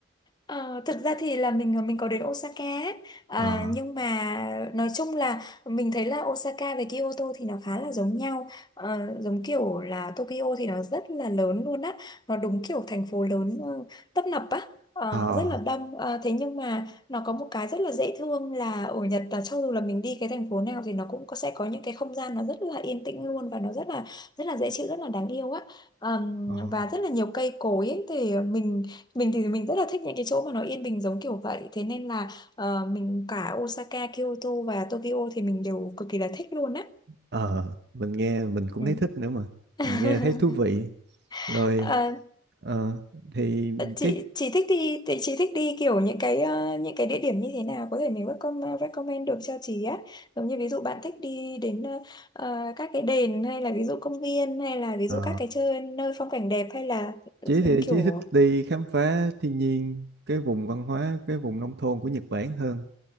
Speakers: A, on the left; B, on the right.
A: Ờ, thực ra thì là mình ờ, mình có đến Osaka ấy. à,
B: ờ
A: nhưng mà nói chung là mình thấy là Osaka với Kyoto thì nó khá là giống nhau Ờ, giống kiểu là Tokyo thì nó rất là lớn luôn á nó đúng kiểu thành phố lớn ờ, tấp nập á Ờ,
B: ờ
A: rất là đông Ờ, thế nhưng mà nó có một cái rất là dễ thương là ở Nhật là cho dù là mình đi cái thành phố nào thì nó cũng có sẽ có những cái không gian nó rất là yên tĩnh luôn và nó rất là rất là dễ chịu rất là đáng yêu á Ờm,
B: ờ
A: và rất là nhiều cây cối ấy, thì mình mình thì mình rất là thích những cái chỗ mà nó yên bình giống kiểu vậy thế nên là ờ, mình cả Osaka, Kyoto và Tokyo thì mình đều cực kỳ là thích luôn á
B: ờ mình nghe mình cũng
A: ừ.
B: thấy thích nữa mà
A: <laughs>
B: mình nghe thấy thú vị rồi
A: Ờ,
B: ờ, thì
A: chị
B: cái
A: chị thích đi thì chị thích đi kiểu những cái ờ, những cái địa điểm như thế nào có thể mình recommend, recommend được cho chị á giống như ví dụ bạn thích đi đến ờ, ờ, các cái đền hay là ví dụ công viên hay là ví
B: ờ
A: dụ các cái chơi nơi phong cảnh đẹp hay là ừ,
B: Chí thì
A: kiểu
B: Chí thích đi khám phá thiên nhiên cái vùng văn hóa cái vùng nông thôn của Nhật Bản hơn